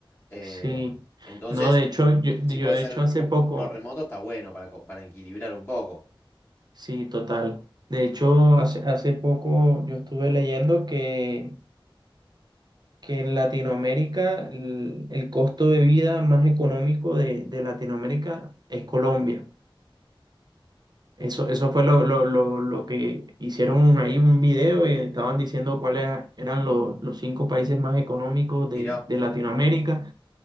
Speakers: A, on the left (about 25°); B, on the right (about 50°).
A: eh,
B: sí.
A: entonces,
B: No, de hecho, yo, yo
A: si puede
B: de
A: ser
B: hecho hace
A: u-
B: poco,
A: uno remoto, está bueno para, co- para equilibrar un poco.
B: sí, total. De hecho, hace, hace poco yo estuve leyendo que que en Latinoamérica el, el costo de vida más económico de, de Latinoamérica es Colombia. Eso, eso fue lo, lo, lo, lo que hicieron ahí un video y estaban diciendo cuáles eran los, los cinco países más económicos de,
A: Mirá,
B: de Latinoamérica,